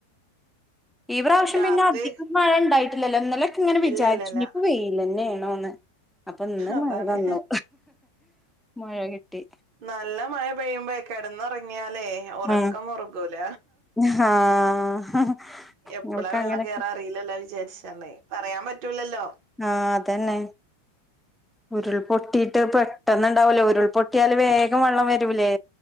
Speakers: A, in the centre; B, on the right.
A: ഈ പ്രാവശ്യം
B: രാത്രി
A: പിന്നെ അധികം മഴ ണ്ടായിട്ടില്ലല്ലോ ഇന്നലൊക്കെ ങ്ങനെ വിചാര്ച്ചു
B: ഇല്ല ഇല്ല ഇല്ല
A: ഇനിയിപ്പോ വെയിലന്നെണോന്ന്. അപ്പൊന്ന്
B: അതാണ്
A: മഴ വന്നു മഴ കിട്ടി.
B: നല്ല മഴ പെയ്യുമ്പോ കിടന്നുറങ്ങിയാലേ ഒറക്കം
A: ഉം
B: മുറുകൂല.
A: ആഹ്.
B: എപ്പളാ
A: നിങ്ങൾക്ക്
B: വെള്ളം
A: അങ്ങനൊക്കെ
B: കേറാ അറിയില്ലല്ലോ വിചാരിച്ചാണ്ട് പറയാൻ പറ്റൂലല്ലോ.
A: ആ അതന്നെ. ഉരുൾപൊട്ടിയിട്ട് പെട്ടന്ന് ണ്ടാവല്ലോ ഉരുൾപൊട്ടിയാല് വേഗം വെള്ളം വരൂലേ?